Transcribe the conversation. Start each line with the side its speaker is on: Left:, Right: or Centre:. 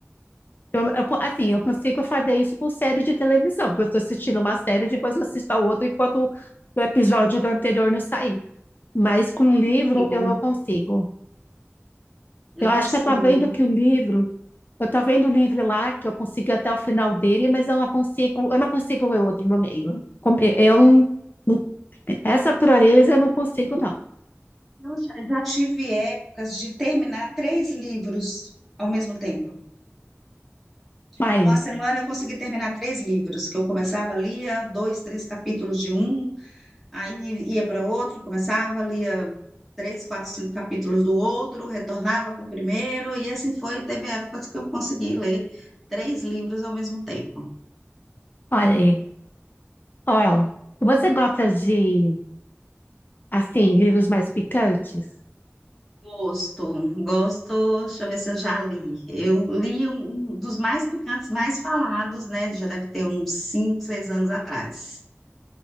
Left: Eu, eu assim, eu consigo fazer isso com série de televisão, porque eu estou assistindo uma série, depois eu assisto a outra enquanto o episódio do anterior não sair. Mas com livro
Centre: consigo.
Left: eu não consigo.
Centre: Eu
Left: Eu acho
Centre: consigo.
Left: que eu estou vendo que o livro, eu estou vendo o livro lá, que eu consigo ir até o final dele, mas eu não consigo, eu não consigo ler outro no meio. Com- Eu, não- não- essa pureza eu não consigo, não.
Centre: Eu já já tive épocas de terminar três livros ao mesmo tempo. Tipo,
Left: Vai,
Centre: Uma semana eu consegui terminar três livros, que eu começava, lia dois, três capítulos de um, aí ia para outro, começava, lia três, quatro, cinco capítulos do outro, retornava para o primeiro, e assim foi. Teve épocas que eu consegui ler três livros ao mesmo tempo.
Left: olha aí. Olha, você gosta de, assim, livros mais picantes?
Centre: Gosto, gosto, deixa eu ver se eu já li. Eu li um, um dos mais picantes, mais falados, né? Já deve ter uns cinco, seis anos atrás.